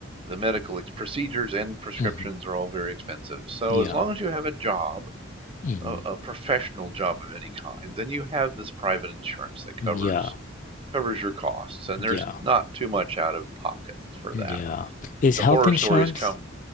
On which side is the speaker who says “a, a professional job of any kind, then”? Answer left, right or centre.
Right